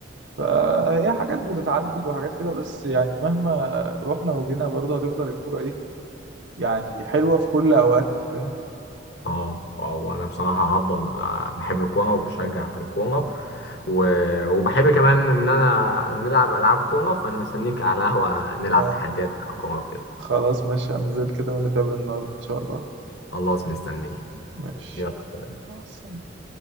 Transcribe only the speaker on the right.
فهي حاجات بتتعدل وحاجات كده بس يعني مهما رحنا وجينا برضه هتفضل الكوره ايه يعني حلوه في كل اوقاتها فاهم
آه.
خلاص ماشي هنزل كده ونتقابل النهارده ان شاء الله
ماشي
مع السلامه